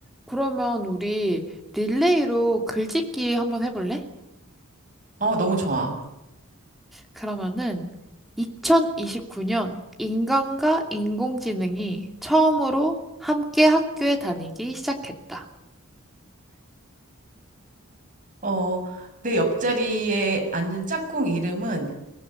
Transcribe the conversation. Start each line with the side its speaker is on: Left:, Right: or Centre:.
Centre: 그러면 우리 릴레이로 글짓기 한번 해볼래?
Right: 어, 너무 좋아.
Centre: 그러면은 2029년 인간과 인공지능이 처음으로 함께 학교에 다니기 시작했다.
Right: 어, 내 옆자리에 앉은 짝꿍 이름은